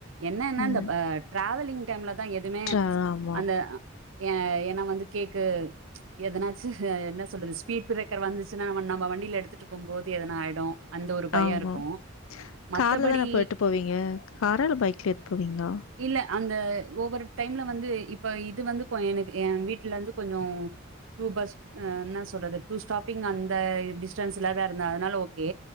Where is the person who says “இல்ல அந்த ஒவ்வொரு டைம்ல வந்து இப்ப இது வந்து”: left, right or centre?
Right